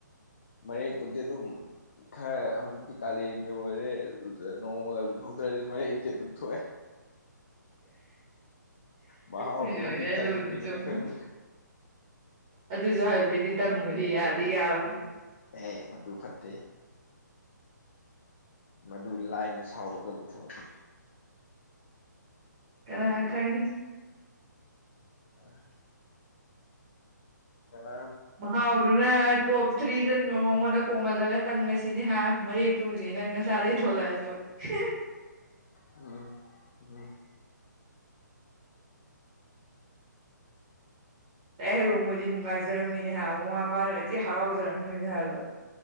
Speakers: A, on the left (about 35°); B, on the right (about 25°).
A: ꯃꯅꯤ ꯄꯨꯗꯤ ꯑꯗꯨꯝ ꯈꯔ ꯍꯧꯖꯤꯛꯇꯤ ꯀꯥꯂꯦꯟꯒꯤ ꯑꯣꯏꯔꯦ ꯅꯣꯡꯃꯒ ꯂꯨꯖꯍꯧꯗ꯭ꯔꯗꯤ ꯃꯔꯛꯇꯤ ꯑꯗꯨꯝ ꯊꯣꯛꯑꯦ ꯃꯥ ꯑꯗꯨꯗꯕꯨꯗꯤ
B: ꯍꯣꯏꯅꯦ ꯍꯣꯏꯅꯦ
A: ꯇꯗꯃꯤꯅꯦ
B: ꯑꯗꯨꯕꯨꯗꯤ ꯆꯨꯝꯃꯤ
A: ꯈꯔ
B: ꯑꯗꯨꯁꯨ ꯍꯥꯏꯕ ꯄꯗꯤ ꯇꯪꯕꯗꯤ ꯌꯥꯗꯤ ꯌꯥꯕ
A: ꯑꯦ ꯃꯗꯨ ꯐꯠꯇꯦ ꯃꯗꯨ ꯂꯥꯏꯅ ꯁꯥꯎꯒꯗꯕ ꯊꯕꯛꯅꯤ
B: ꯀꯅꯥ
A: ꯃꯗꯨ
B: ꯈꯪꯅꯤ
A: ꯐꯔꯠꯇ ꯑ ꯀꯔ
B: ꯍꯥꯎꯗ ꯅ ꯇꯣꯞ ꯊ꯭ꯔꯤꯗ ꯃꯉꯣꯟꯗ ꯀꯣꯡꯍꯜꯂꯒ ꯇꯪꯉꯁꯤꯅꯦ ꯍꯥ ꯃꯔꯦꯛꯇꯨ ꯎꯔꯤ ꯅꯪ ꯅꯁꯥꯗꯒꯤꯩ ꯊꯣꯛꯣꯂꯛꯑꯁꯨ <unintelligible>
A: ꯎꯝ ꯎꯝ
B: ꯑꯩ ꯍꯕ ꯃꯣꯏꯗꯤ ꯅꯨꯡꯉꯥꯏꯖꯔꯝꯅꯤꯅꯦ ꯍꯥꯏ ꯃꯃꯥ ꯃꯄꯥꯅꯇꯤ ꯍꯔꯥꯎꯖꯔꯝꯗꯣꯏꯅꯦ ꯍꯥꯏꯕꯗꯣ